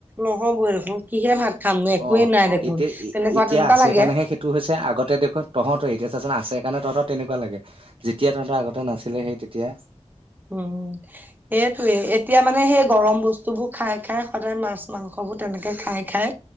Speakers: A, on the right (about 15°); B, on the right (about 50°).
A: নহ'বই আৰু- <unintelligible> কিহে ভাত খাম নো একোৱেই
B: অ
A: নাই দেখোন
B: এতিয়া
A: তেনেকুৱা
B: এতিয়া
A: তেনেকুৱা
B: আছে
A: লাগে
B: কাৰণেহে সেইটো হৈছে আগতে- দেখোন তহঁতৰ এতিয়া চাচোন আছে সেইকাৰণে তহঁতৰ তেনেকুৱা লাগে যেতিয়া তহঁতৰ আগতে নাছিলে সেই তেতিয়া।
A: উম সেইটোয়ে এতিয়া মানে সেই গৰম বস্তুবোৰ খাই খাই সদায় মাছ মাংস- সবো তেনেকৈ খাই খাই।